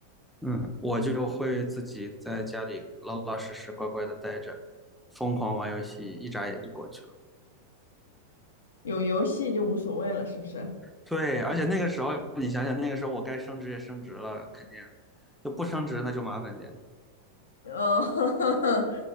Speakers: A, in the centre; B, on the left.
A: 嗯，我就会自己在家里老老实实乖乖的待着，疯狂玩游戏，一眨眼就过去了。
B: 有游戏就无所谓了，是不是？
A: 对，而且那个时候你想想，那个时候我该升职也升职了，肯定就不升职那就麻烦点。
B: 嗯，<laughs>